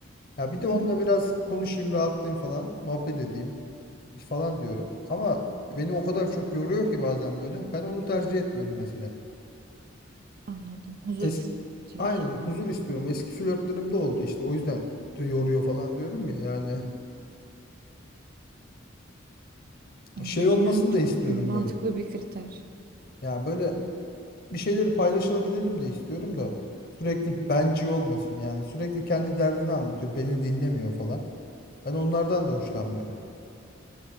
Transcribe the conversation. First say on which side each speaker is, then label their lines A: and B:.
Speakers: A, on the left; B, on the right.
A: Ya bir de onunla
B: Hmm,
A: biraz konuşayım rahatlayayım falan. Muhabbet edeyim falan diyorum. Ama beni o kadar çok yoruyor ki bazen böyle. Ben onu tercih etmiyorum mesela.
B: anladım. Huzur
A: Es
B: istiyorsun
A: Aynen
B: yani.
A: huzur istiyorum. Eski flörtlerim de oldu işte. O yüzden de yoruyor falan diyorum ya. Yani
B: Anladım.
A: şey olmasını
B: Yani çok
A: da istiyorum
B: e, mantıklı
A: böyle.
B: bir kriter.
A: Ya böyle bir şeyleri paylaşılabilelim de istiyorum da sürekli benci olmasın yani sürekli kendi derdini anlatıyor beni dinlemiyor falan. Ben onlardan da hoşlanmıyorum.